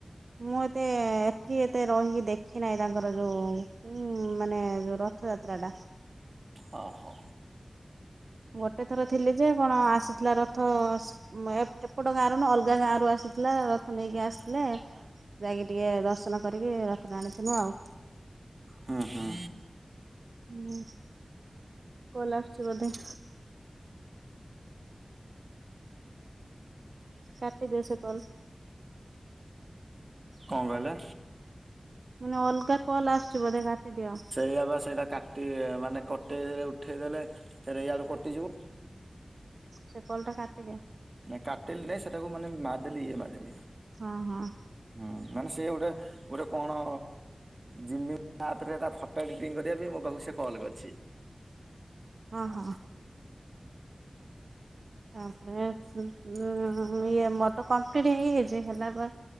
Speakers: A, on the right; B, on the right.
A: ମୁଁ ଏତେ-ଏ ଏଠି ଏତେ ରହିକି ଦେଖି ନାହିଁ, ତାଙ୍କର ଯୋଉ-ଉଁ ଉଁ ମାନେ ଯଉ ରଥଯାତ୍ରାଟା।
B: ହ, ହୋ।
A: ଗୋଟେ ଥର ଥିଲି, ଯେ କଣ ଆସିଥିଲା ରଥ? ରଥ ସ ଏପଟ ଗାଁରୁ ନ ଅଲଗା ଗାଁରୁ ଆସିଥିଲା। ରଥ ନେଇକି ଆସିଥିଲା। ଯାଇକି ଟିକେ ଦର୍ଶନ କରିକି ରଥ ଟାଣିଥିନୁ ଆଉ।
B: ହୁଁ ହୁଁ।
A: ହୁଁ, କଲ ଆସୁଛି ବୋଧେ? କାଟିଦିଅ ସେ କଲ।
B: କଁ କହିଲେ?
A: ମୁଁ ନି ଅଲଗା କଲ୍ ଆସଛି ବୋଧେ କାଟିଦିଅ।
B: <unintelligible> ସେଇଟା କା ଟି ମାନେ କଟେଇ ଦେଲେ ଉଠେଇ ଦେଲେ ଫେର ୟାଡୁୁ କଟିଯିବ।
A: ସେ କଲ୍ଟା କାଟିଦିଅ।
B: ନାଇଁ କାଟିଲି ନେଇଁ ସେଟାକୁ ମାନେ ମାରଦେଲି ଇଏ ମାରଦେଲି।
A: ହଁ ହଁ।
B: ହୁଁ, ମାନେ ସେ ଗୋଟେ ଗୋଟେ କଣ ଜିମି ଆପ ରେ ତା ଫଟୋ ଏଡ଼ିଟିଂ କରିବା ପାଇଁ ମୋ ପାଖକୁ ସେ କଲ୍ କରିଛି।
A: ହଁ ହଁ। ତାପରେ ଇଏ ମ ତ କମ୍ପ୍ଲିଟ ହେଇଯାଇଛି ହେଲା ପ